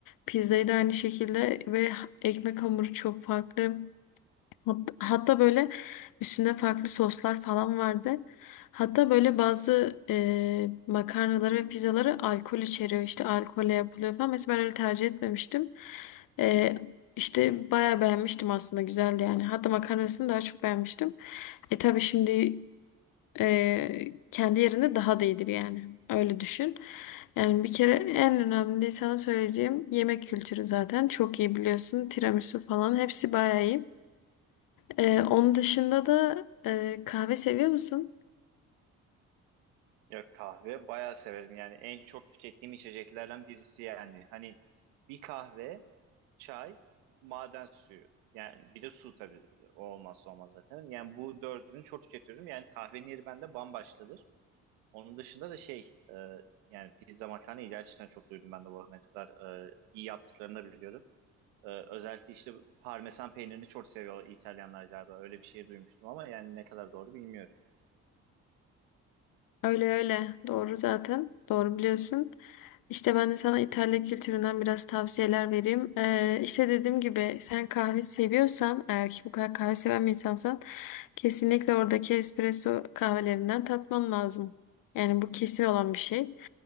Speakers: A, on the left; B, on the right.
A: Pizzayı da aynı şekilde ve ekmek hamuru çok farklı. Hat- Hatta böyle üstünde farklı soslar falan vardı. Hatta böyle bazı e, makarnaları ve pizzaları alkol içeriyor. İşte alkolle yapılıyor falan. Mesela ben öyle tercih etmemiştim. E, işte bayağı beğenmiştim aslında. Güzeldi yani. Hatta makarnasını daha çok beğenmiştim. E tabii şimdi e, kendi yerinde daha da iyidir yani. Öyle düşün. Yani bir kere en önemli sana söyleyeceğim yemek kültürü zaten. Çok iyi biliyorsun. Tiramisu falan hepsi bayağı iyi. Ee, onun dışında da e, kahve seviyor musun?
B: Ya kahve bayağı severim. Yani en çok tükettiğim içeceklerden birisi yani. Hani bir kahve, çay, maden suyu. Yani bir de su tabii o olmazsa olmaz zaten. Yani bu dördünü çok tüketiyorum. Yani kahvenin yeri bende bambaşkadır. Onun dışında da şey e, yani pizza makarna iyi gerçekten çok duydum ben de bu arada ne kadar e, iyi yaptıklarını da biliyorum. E, özellikle işte parmesan peynirini çok seviyor İtalyanlar galiba. Öyle bir şey duymuştum ama yani ne kadar doğru bilmiyorum.
A: Öyle öyle. Doğru zaten. Doğru biliyorsun. İşte ben de sana İtalya kültüründen biraz tavsiyeler vereyim. Ee, işte dediğim gibi sen kahve seviyorsan eğer ki bu kadar kahve seven bir insansan kesinlikle oradaki espresso kahvelerinden tatman lazım. Yani bu kesin olan bir şey.